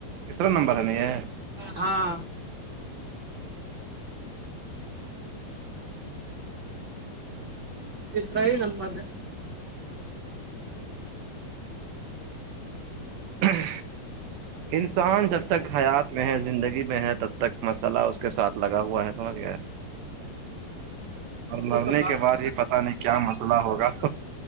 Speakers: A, on the right; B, on the right.
A: ترا نمبر ہے نہیں یہ
B: ہاں
A: جی
B: سرائی نم مد
A: ہاں انسان جب تک حیات میں ہے زندگی میں ہے تب تک مسئلہ سلا اس کے ساتھ لگا ہوا ہے سمجھ گئے اور مرنے
B: وہ تو بات
A: کے بعد بھی پتا نہیں کیا مسئلہ ہوگا